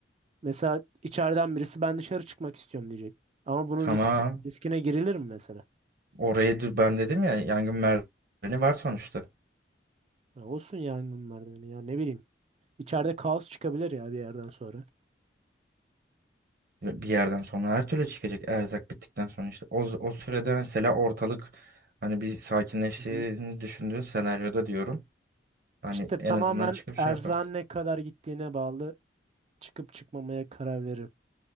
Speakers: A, on the right; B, on the right.
A: Mesela içeriden birisi ben dışarı çıkmak istiyorum diyecek. Ama bunun
B: Tamam.
A: riski, riskine girilir mi mesela?
B: Orayı dü- ben dedim ya yangın merdiveni var sonuçta.
A: Ya olsun yangın merdiveni ya ne bileyim. İçeride kaos çıkabilir ya bir yerden sonra.
B: Ve Bir yerden sonra her türlü çıkacak erzak bittikten sonra işte. O, o sürede mesela ortalık hani bir sakinleştiğini
A: Hı hı.
B: düşündüğü senaryoda diyorum. Hani
A: İşte
B: en
A: tamamen
B: azından çıkıp
A: erzağın
B: şey yaparsın.
A: ne kadar gittiğine bağlı çıkıp çıkmamaya karar veririm.